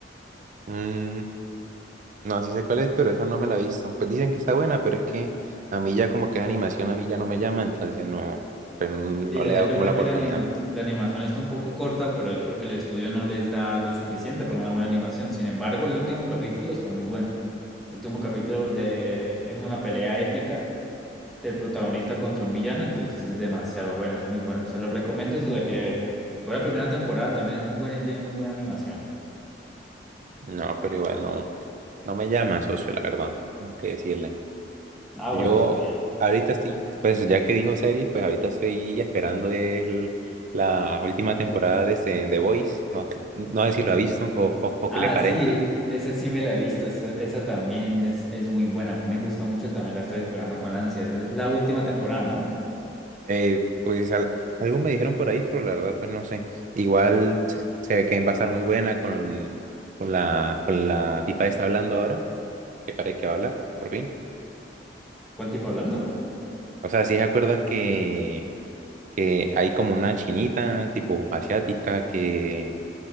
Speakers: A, on the right (about 45°); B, in the centre.
A: Mm, no, sí sé cuál es, pero esa no me la he visto. Pues dicen que está buena, pero es que a mí ya como que es animación, a mí ya no me llama, entonces no, pues no
B: Sí, la-
A: le he dado
B: es verdad
A: como la oportunidad.
B: que la anima- la animación está un poco corta, pero es porque el estudio no les da lo suficiente para una buena animación. Sin embargo, el último capítulo está muy bueno. El último capítulo de... es una pelea épica del protagonista contra un villano, entonces es demasiado bueno, es muy bueno. Se lo recomiendo si la quiere ver. Luego la primera temporada también es muy buena y tiene muy buena animación.
A: No, pero igual no, no me llama, socio, la verdad, tengo que decirle.
B: Ah,
A: Yo
B: bueno, está bien.
A: ahorita estoy, pues ya que dijo series, pues ahorita estoy esperando el- la última temporada de, ese- de Boys. No, no sé si lo ha visto o, o, o qué
B: Ah,
A: le parezca.
B: sí, e- esa sí me la he visto, esa, esa también es, es muy buena, a mí me gusta mucho, también la estoy esperando con ansias. Es la última temporada, ¿no?
A: Eh, pues al- algo me dijeron por ahí, pero la verdad, pues no sé. Igual se se ve que va a estar muy buena con, con la, con la tipa que está hablando ahora, que parece que va a hablar, por fin.
B: ¿Cuál tipo hablando?
A: O sea, sí se acuerda que, que hay como una chinita, tipo asiática, que,